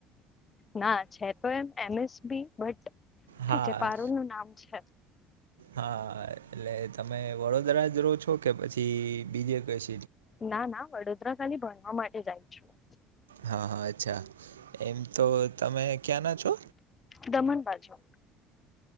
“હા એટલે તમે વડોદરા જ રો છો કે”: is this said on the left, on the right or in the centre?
Right